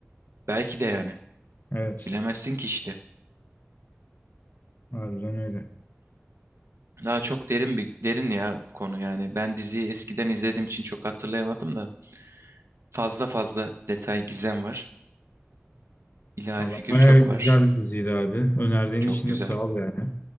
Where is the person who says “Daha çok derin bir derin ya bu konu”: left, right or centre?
Right